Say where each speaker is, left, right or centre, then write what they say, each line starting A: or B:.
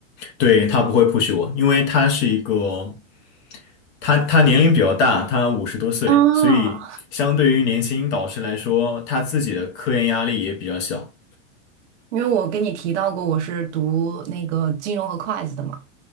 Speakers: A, on the left (about 30°); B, on the right (about 65°).
A: 对，他不会 push 我，因为他是一个，他他年龄比较大，他五十多岁，
B: 啊，
A: 所以相对于年轻导师来说，他自己的科研压力也比较小。
B: 因为我跟你提到过我是读那个金融和会计的嘛。